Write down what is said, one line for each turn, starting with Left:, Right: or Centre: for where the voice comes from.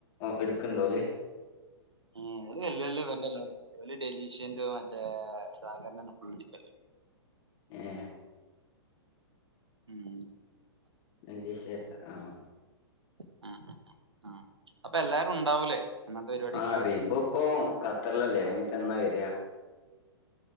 Left: എടുക്ക ണ്ടോല്ലേ
Right: ഉം <unintelligible> ല് വല്യ വല്യ ഇവൻ്റല്ലെള്ളൂ. <unintelligible> ഡലീഷൻ്റെ മറ്റേ സാഗർനന്നെ ഫുള്ളട്ക്കല്
Left: ഏഹ്
Right: ഉംഹ്
Left: എൻ്റേഷല്ല ആ ആഹ്ആ
Right: ഉം ഉം ഉം ഉം അപ്പൊ എല്ലാരും ഉണ്ടാവൂലേ അന്നത്തെ പരിപാടിക്ക്
Left: ആഹ് റിബു ഇപ്പൊ ഖത്തറിലല്ലേ അവനിപ്പ എന്നാ വരാ.